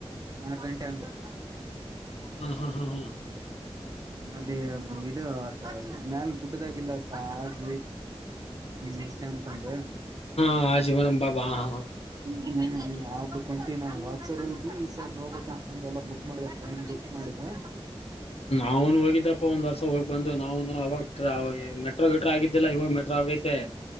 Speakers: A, on the right; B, on the left.
A: ನಾಕ್ ಗಂಟೆ ಅಂದ್ರು.
B: ಹ್ಮ್ ಹ್ಮ್ ಹ್ಮ್ ಹ್ಮ್
A: ಅಲ್ಲಿ ಇದು. ಮ್ಯಾಲ ಗುಡ್ಡದಾಗಿಲ್ಲತ್ತ ಆಗ್ ಮತ್ಯ ಅಂತಂದ.
B: ಹ ಆಜ ಮನ ಬಾಬಾ ಹಾ ಹಾ.
A: ಹ್ಮ್ ಹ್ಮ್. ಕುಂಟ ನಾವು ವಾತ್ಸರ್ ಈ ಸರ್ ನೋಡ್ ಬೇಕಂತಂದ ಎಲ್ಲ ಬುಕ್ ಮಾಡಿದೆ ಟ್ರೈನ್ ಬುಕ್ ಮಾಡಿದೆ.
B: ಅವನು ಹೋಗಿದ್ದಪ್ಪ ಒಂದ್ ವರ್ಷ ಹೋಗಿ ಬಂದು ನಾನು ಅವಾಗ್ ಮೆಟ್ರೋ ಗೆಟ್ರೋ ಆಗಿದ್ದಿಲ್ಲ ಇವಾಗ ಮೆಟ್ರೋ ಆಗೈತೆ